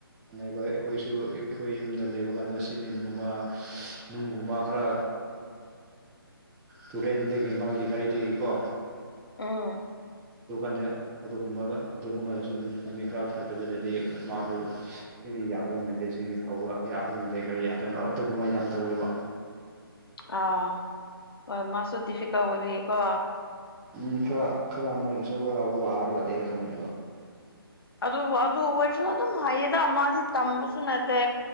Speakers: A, in the centre; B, on the left.
A: <unintelligible> ꯑꯩꯈꯣꯏꯁꯨ ꯑꯩꯈꯣꯏ ꯌꯨꯝꯗ ꯂꯩꯕ ꯀꯥꯟꯗꯣ ꯁꯤꯃꯦꯟꯒꯨꯝꯕ ꯅꯨꯡꯒꯨꯝꯕ ꯈꯔ ꯇꯨꯔꯦꯟꯗꯒꯤ ꯃꯥꯒꯤ ꯒꯥꯔꯤꯗꯒꯤ ꯀꯣ
B: ꯎꯝ
A: ꯑꯗꯨꯒꯥ ꯑꯗꯨꯒꯨꯝꯕ ꯑꯗꯨꯒꯨꯝꯕꯗꯁꯨ ꯂꯝꯕꯤ ꯈ꯭ꯔ ꯐꯠꯇꯕꯗꯗꯤ ꯃꯥꯁꯨ ꯁꯤꯗꯤ ꯌꯥꯗꯣꯏ ꯃꯥꯟꯗꯦ ꯁꯤꯗꯤ ꯊꯧꯕ ꯌꯥꯗꯣꯏ ꯃꯗꯦ ꯒꯔꯤ ꯌꯥꯗꯣꯏ ꯑꯗꯨꯒꯨꯝꯕ ꯌꯥꯝ ꯇꯧꯋꯦꯕ
B: ꯑꯥ ꯍꯣꯏ ꯃꯥꯁꯨ ꯗꯤꯐꯤꯀꯜ ꯑꯣꯏꯕꯒꯤꯀꯣ
A: ꯎꯝ ꯈ꯭ꯔ ꯈꯔ ꯃꯣꯏꯒꯤꯁꯨ ꯈꯔ ꯋꯥꯔꯒ ꯂꯩꯔꯦ ꯈꯪꯉꯦꯕ
B: ꯑꯗꯨꯕꯨ ꯑꯗꯨ ꯑꯣꯏꯔꯁꯨ ꯑꯗꯨꯝ ꯍꯩꯌꯦꯗ ꯃꯥꯗꯤ ꯇꯝꯕꯁꯨ ꯅꯠꯇꯦ